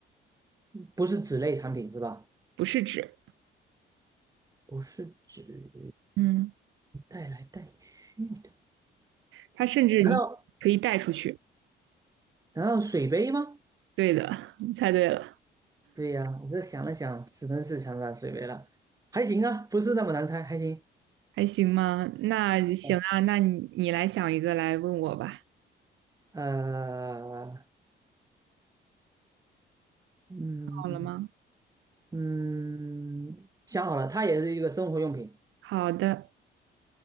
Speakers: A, on the right; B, on the right.
A: 不是纸类产品是吧？
B: 不是纸，
A: 不是纸，
B: 嗯，
A: 带来带去的，
B: 它甚至你可以带出去。
A: 难道难道水杯吗？
B: 对的，<laughs> 你猜对了，
A: 对呀，我这想了想，只能是长沙水杯了，还行啊，不是那么难猜，还行。
B: 还行吗？那行啊，
A: 哦
B: 那你你来想一个来问我吧，
A: 呃，嗯
B: 好了吗？
A: 嗯，想好了，它也是一个生活用品。
B: 好的，